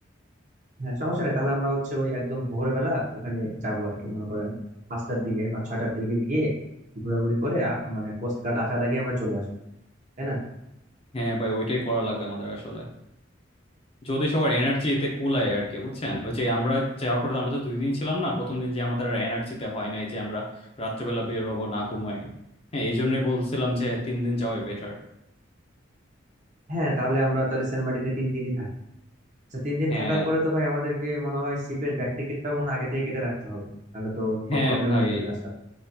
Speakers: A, on the right; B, on the left.
A: হ্যাঁ সমস্যা নেই তাহলে আমরা হচ্ছে ওই একদম ভোরবেলা ওখানে যাবো আর কি মনে করেন পাঁচটার দিকে বা ছয়টার দিকে গিয়ে ঘোরাঘুরি করে আ- মানে কোস্ট গার্ড আসার আগে আমরা চলে আসবো তাই না
B: হ্যাঁ ভাই ওইটাই করা লাগবে আমাদের আসলে যদি সবার এনার্জি এতে কুলায় আর কি বুঝছেন ওই যে আমরা যাওয়ার পরে আমরা তো দুই দিন ছিলাম না প্রথম দিন যে আমাদের আর এনার্জিতে হয় নাই যে আমরা রাত্রেবেলা বের হব না ঘুমাই হ্যাঁ এই জন্যই বলছিলাম যে তিন দিন যাওয়াই বেটার
A: হ্যাঁ তাহলে আমরা তাহলে সেন্ট মার্টিনে তিন দিনই থাকি আচ্ছা তিন দিন
B: হ্যাঁ
A: থাকার পরে তো ভাই আমাদেরকে মনে হয় শিপের ব্যাক টিকিটটাও মনে হয় আগে থেকে কেটে রাখতে হবে তাহলে তো
B: হ্যাঁ
A: প্রবলেম
B: ভাই
A: হয়ে যাবে আসার